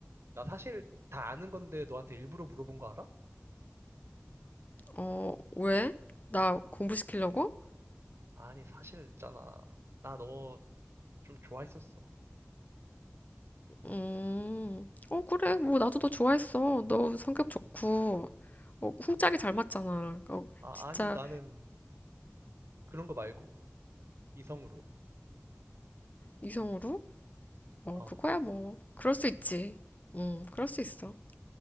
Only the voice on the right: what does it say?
나 사실 다 아는 건데 너한테 일부러 물어본 거 알아?
아니, 사실 있잖아. 나 너 좀 좋아했었어.
아,
아니, 나는 그런 거 말고, 이성으로.
어.